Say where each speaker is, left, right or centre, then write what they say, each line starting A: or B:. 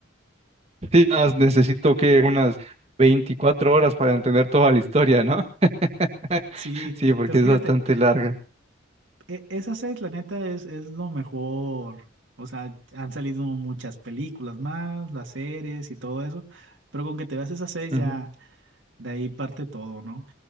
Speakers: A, on the right; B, on the right.
A: Sí, más necesito que unas 24 horas para entender toda la historia, ¿no? <laughs>
B: Sí,
A: Sí, porque
B: pero fíjate,
A: es bastante larga.
B: e- esa seis, la neta, es, es lo mejor. O sea, han salido muchas películas más, las series y todo eso, pero con que te veas esas seis
A: Ujú.
B: ya, De ahí parte todo, ¿no?